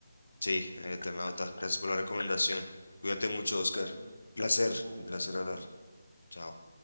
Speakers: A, on the left (about 80°); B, on the right (about 25°).
A: Sí, El Eternauta. Gracias por la recomendación. Cuídate mucho,
B: Un
A: Oscar.
B: placer.
A: Un placer,
B: Va,
A: un
B: igualmente.
A: placer hablar. Chao.